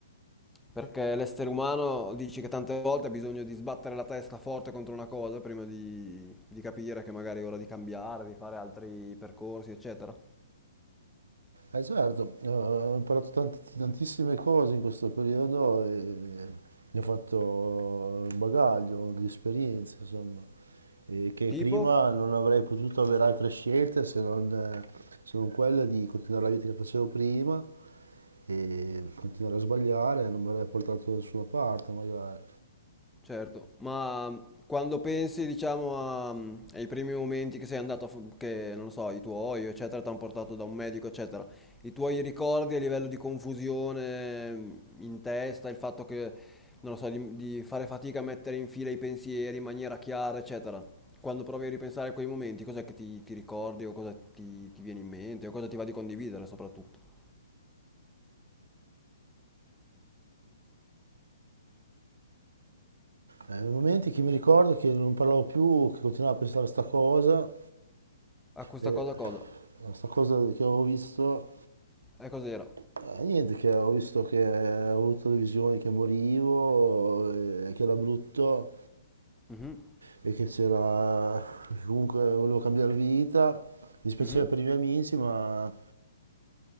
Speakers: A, in the centre; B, on the right.
A: Perché l'essere umano dici che tante volte ha bisogno di sbattere la testa forte contro una cosa prima di, di capire che magari è ora di cambiare, di fare altri percorsi, eccetera.
B: Eh certo, eh, ho imparato tant- tantissime cose in questo periodo e ne ho fatto un bagaglio di esperienze, insomma, e che
A: Tipo?
B: prima non avrei potuto avere altre scelte se non, eh, se non quella di continuare la vita che facevo prima e continuare a sbagliare, non mi avrebbe portato da nessuna parte magari.
A: Certo, ma mh, quando pensi, diciamo, a, mh, ai primi momenti che sei andato, a f- che non lo so, i tuoi, eccetera, ti hanno portato da un medico, eccetera, i tuoi ricordi a livello di confusione mh, in testa, il fatto che, non lo so, di, di fare fatica a mettere in fila i pensieri in maniera chiara, eccetera, quando provi a ripensare a quei momenti, cos'è che ti, ti ricordi o cosa ti, ti viene in mente o cosa ti va di condividere soprattutto?
B: Eh, nei momenti che mi ricordo che non parlavo più, che continuavo a pensare a sta cosa,
A: A questa
B: e
A: cosa cosa?
B: a sta cosa che avevo visto
A: E cos'era?
B: Eh, Niente, che ho visto che ho avuto le visioni che morivo, eh, che era brutto
A: Mhm,
B: e che c'era, che comunque volevo cambiare vita. Mi dispiaceva
A: mhm.
B: per i miei amici, ma